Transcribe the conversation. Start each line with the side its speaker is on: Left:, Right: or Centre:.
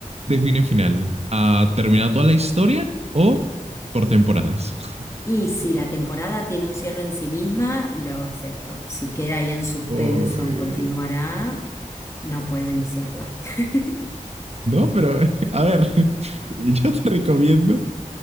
Right: define final. ¿Ha terminado toda la historia o por temporadas? <laughs>
Left: Y si la temporada tiene un cierre en sí misma, lo acepto. Si queda ahí en suspenso,
Right: Uy,
Left: en continuará, no puedo iniciarla. <laughs>
Right: no, pero <laughs> a ver, <laughs> yo te recomiendo.